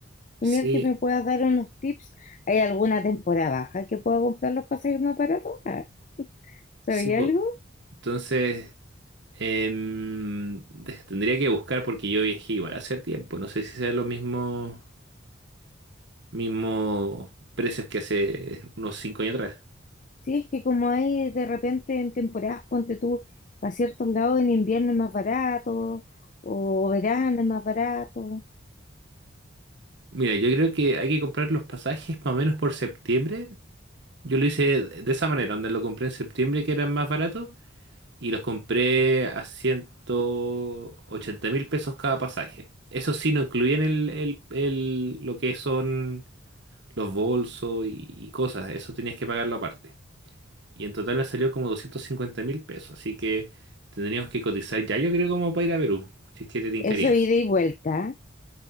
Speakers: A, on the left (about 40°); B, on the right (about 60°).
A: Genial
B: Sí,
A: que me puedas dar unos tips. ¿Hay alguna temporada baja que pueda comprar los pasajes más baratos? Ah, ¿Sabía
B: sí, po.
A: algo?
B: Entonces, em, de- tendría que buscar porque yo viajé igual hace tiempo. No sé si sean los mismos mismos precios que hace unos cinco años atrás.
A: Sí, es que como hay de repente en temporadas, ponte tú, a ciertos lados en invierno es más barato, o verano es más barato.
B: Mira, yo creo que hay que comprar los pasajes más o menos por septiembre. Yo lo hice de esa manera, donde lo compré en septiembre que eran más baratos y los compré a ciento ochenta mil pesos cada pasaje. Eso sí, no incluían el, el- el- lo que son los bolsos y, y cosas, eso tenías que pagarlo aparte. Y en total me salió como doscientos cincuenta mil pesos, así que tendríamos que cotizar ya, yo creo, como para ir a Perú, si es que te tincaría.
A: Eso ida y vuelta.